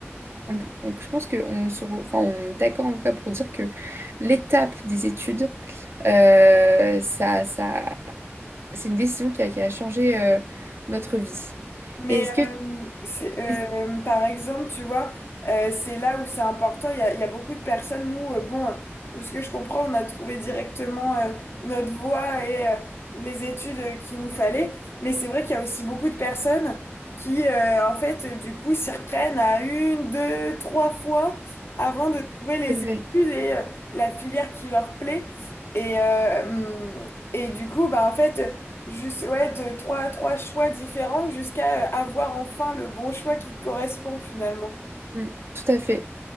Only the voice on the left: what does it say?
Mais
euh, c'est,
euh, par exemple, tu vois, euh, c'est là où c'est important. Il y a, il y a beaucoup de personnes, nous, euh, bon, euh, de ce que je comprends, on a trouvé directement euh, notre voie et euh, les études euh, qu'il nous fallait. Mais c'est vrai qu'il y a aussi beaucoup de personnes qui, euh, en fait, euh, du coup, s'y reprennent à une, deux, trois fois avant de trouver les
études et euh, la filière qui leur plaît. Et, euh, hum, et du coup, bah, en fait. Juste, ouais, de trois, trois choix différents jusqu'à euh, avoir enfin le bon choix qui te correspond finalement.